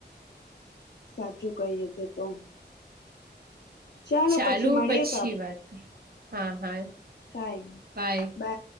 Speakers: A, on the left; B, on the right.
A: સાચું કહ્યું તે તો ચાલો
B: ચાલુ
A: પછી મળીએ
B: પછી
A: તો
B: વાત હે હા હા
A: કઈ
B: બાય
A: બા